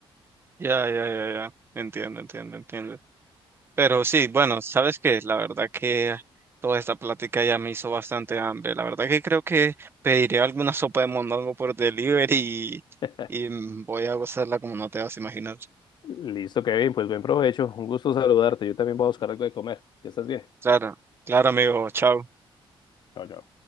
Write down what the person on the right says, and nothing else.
Ya, ya, ya, ya. Entiendo, entiendo, entiendo. Pero sí, bueno, sabes que la verdad que toda esta plática ya me hizo bastante hambre. La verdad que creo que pediré alguna sopa de mondongo por delivery y,
y voy a gozarla como no te vas a imaginar.
Claro, claro, amigo, chao.